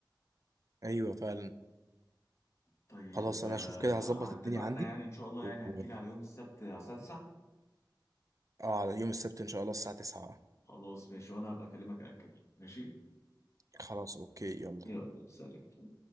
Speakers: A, on the right (about 45°); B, on the left (about 35°).
A: ايوه فعلا
B: طيب
A: خلاص
B: آه
A: انا اشوف كده هظبط
B: على اتفقنا
A: الدنيا عندي
B: يعني إن شاء الله
A: و...
B: يعني
A: و-
B: هتجيلي على يوم السبت على الساعة 9
A: اه على يوم السبت ان شاء الله الساعه 9
B: خلاص ماشي وأنا هبقى أكلمك أأكد ماشي
A: خلاص اوكي يلا
B: يلا سلام